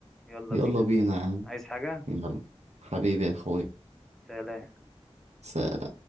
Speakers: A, in the centre; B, on the right.
A: يلا
B: يلا
A: بينا يا
B: بينا
A: زميلي
B: يا عم
A: عايز حاجة
B: يلا حبيبي يا أخويا
A: سلام
B: سلام.